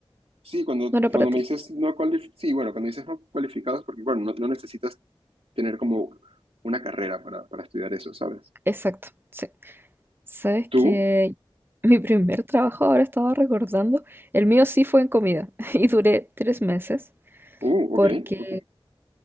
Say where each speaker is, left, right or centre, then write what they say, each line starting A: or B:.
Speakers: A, on the right; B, on the right.
A: sí, cuando,
B: No era para
A: cuando
B: ti.
A: me dices no cualificados, sí, bueno, cuando dices no cualificados, porque bueno, no, no necesitas tener como una carrera para, para estudiar eso, ¿sabes?
B: Exacto, sí. Sabes
A: ¿Tú?
B: que <laughs> mi primer trabajo, ahora estaba recordando, el mío sí fue en comida <laughs> y duré tres meses
A: Uh,
B: porque
A: ok, ok.